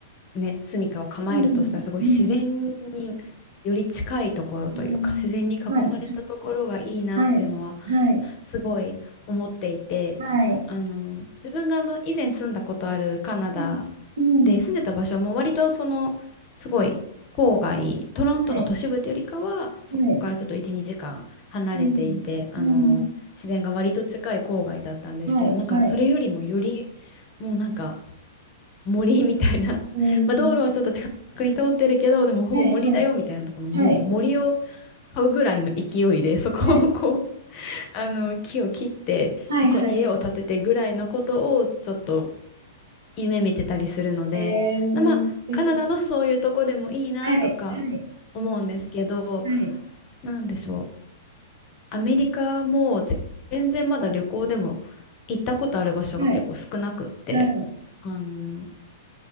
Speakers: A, on the left (about 35°); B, on the right (about 60°).
A: ね、住処を構えるとしたら、
B: うん、
A: すごい自然により近いところというか、
B: うん、うん。
A: 自然に囲まれたところがいいなっていうのは
B: はい、はい、はい、はい。
A: すごい思っていて、
B: はい
A: あの、自分があの、以前住んだことあるカナダ
B: うん、うん、
A: で住んでた場所も割とその、すごい郊外、トロントの都市部というよりかは、
B: はい、
A: そこからちょっと1、
B: はい、
A: 2時間離れていて、
B: うん、
A: あの、
B: うん、
A: 自然が割と近い郊外だったんですけど、
B: はい、
A: なんかそれよりもより、
B: はい、
A: もうなんか森みたいな、
B: うん、
A: <laughs> まあ道路はちょっと近くに通ってるけど、でもほぼ森だよみたいなところ、
B: はい、はい、
A: もう森を
B: はい、
A: 買うぐらいの勢いで、そこをこう、
B: はい、
A: あの木を切ってそこに家を建ててぐらいのことをちょっと
B: はい、はい。
A: 夢見てたりするので、
B: えー、
A: なまあカナダのそういうとこでもいいなとか
B: 素敵。はい、はい、
A: 思うんですけど、
B: はい、
A: なんでしょう。アメリカもぜ全然まだ旅行でも行ったことある場所が結構少なくって、
B: はい、はい。
A: あの、ん